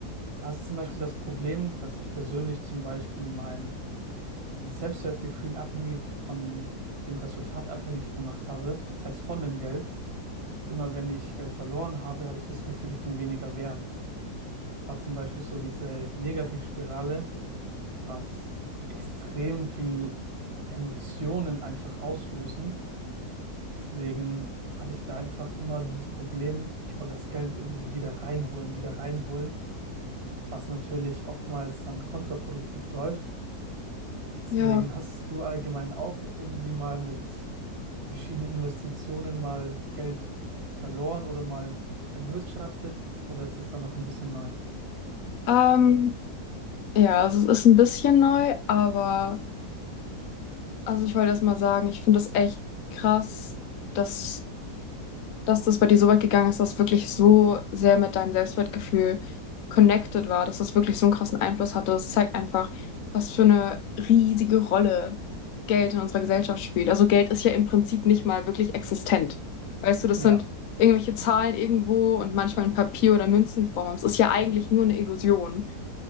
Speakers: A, on the right; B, on the left.
A: da ist zum Beispiel das Problem, dass ich persönlich zum Beispiel mein, mein Selbstwertgefühl abhängig von dem Resultat abhängig gemacht habe. Das heißt, von dem Geld. Und immer wenn ich Geld verloren habe, hatte ich das Gefühl, ich bin weniger wert. Es war zum Beispiel so diese Negativspirale, was extrem viel Emotionen einfach auslösen. Deswegen hatte ich da einfach immer dieses Problem, ich wollte das Geld irgendwie wieder reinholen, wieder reinholen, was natürlich oftmals dann kontraproduktiv läuft. Deswegen
B: Ja.
A: hast du allgemein auch irgendwie mal mit verschiedenen Investitionen mal Geld verloren oder mal erwirtschaftet oder ist es dann noch ein bisschen neu?
B: Ähm, ja, also es ist ein bisschen neu, aber also ich wollte erst mal sagen, ich finde das echt krass, dass dass das bei dir so weit gegangen ist, dass es wirklich so sehr mit deinem Selbstwertgefühl connected war, dass das wirklich so einen krassen Einfluss hatte. Das zeigt einfach, was für eine riesige Rolle Geld in unserer Gesellschaft spielt. Also Geld ist ja im Prinzip nicht mal wirklich existent. Weißt du, das
A: Ja,
B: sind irgendwelche Zahlen irgendwo und manchmal in Papier- oder Münzenform. Aber Es ist ja eigentlich nur eine Illusion.